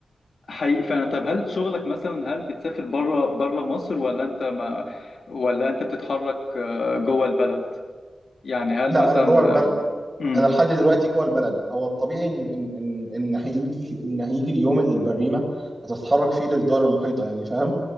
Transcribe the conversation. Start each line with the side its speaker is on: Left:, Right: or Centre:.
Left: حقيقي فعلا طب هل شغلك مثلا هل بتسافر بره بره مصر ولا انت ما ولا انت بتتحرك آه، جوه البلد يعني هل
Right: لا
Left: مثلا
Right: انا جوه البلد
Left: مم.
Right: انا لحد دلوقتي جوه البلد هو الطبيعي ان ان ان إن هيجي في ان هيجي اليوم اللي البريمه هتتحرك فيه للدول المحيطه يعني فاهم